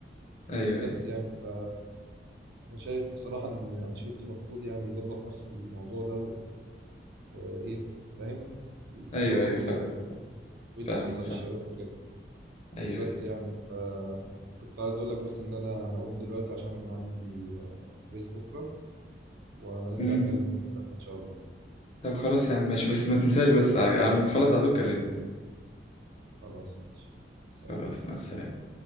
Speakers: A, on the left; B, on the right.
A: ايوه
B: بس
A: ايوه
B: يعني ف انا شايف بصراحه ان انشيلوتي المفروض يعني يظبط نفسه في الموضوع ده وايه فاهم يظبط
A: ايوه ايوه
B: الفرقه
A: فاهمك
B: كده ويدي
A: فاهمك
B: فرصه للشباب
A: فاهم
B: وكده
A: ايوه
B: بس
A: ايوه
B: يعني ف كنت عايز اقول لك بس ان انا هقوم دلوقتي عشان عندي آه، كويز بكره وهنرجع
A: امم
B: نكلم الكلام ان شاء الله
A: طب خلاص يا عم ماشي بس ما تنساش بس على على ما تخلص على طول كلمني
B: خلاص ماشي سلام
A: خلاص مع السلامة